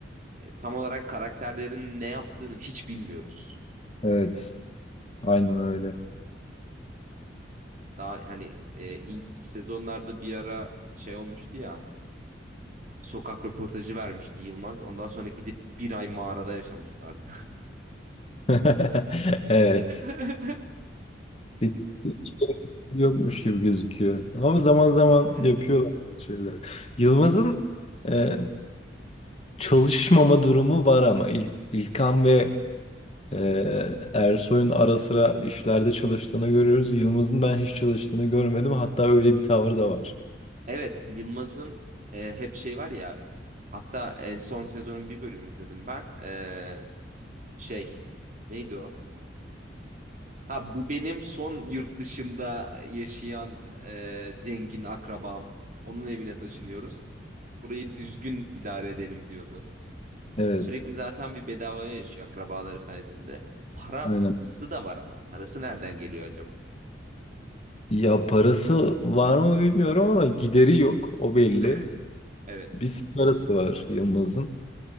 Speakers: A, on the right; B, on the left.
A: e, tam olarak karakterlerin ne yaptığını hiç bilmiyoruz.
B: evet. Aynen öyle.
A: Daha hani e, ilk sezonlarda bir ara şey olmuştu ya. Sokak röportajı vermişti Yılmaz. Ondan sonra gidip bir ay mağarada yaşamışlardı.
B: <laughs> Evet.
A: <laughs>
B: Hiç, hiç gerek yokmuş gibi gözüküyor. Ama zaman zaman
A: Evet.
B: yapıyorlar bu şeyler. Yılmaz'ın e, çalışmama durumu var ama İl, İlkan ve Ee, Ersoy'un ara sıra işlerde çalıştığını görüyoruz. Yılmaz'ın ben hiç çalıştığını görmedim. Hatta öyle bir tavrı da var.
A: Evet, Yılmaz'ın e, hep şey var ya. Hatta en son sezonun bir bölümünü izledim ben. E, şey neydi o? Ha bu benim son yurt dışında yaşayan e, zengin akrabam. Onun evine taşınıyoruz. Burayı düzgün idare edelim diyordu.
B: Evet,
A: Sürekli zaten bir bedavaya yaşıyor akrabaları sayesinde. Parası
B: aynen.
A: da var ama. Parası nereden geliyor acaba?
B: Ya parası var mı bilmiyorum ama gideri yok. O belli.
A: <laughs> Evet,
B: Bir parası var Yılmaz'ın.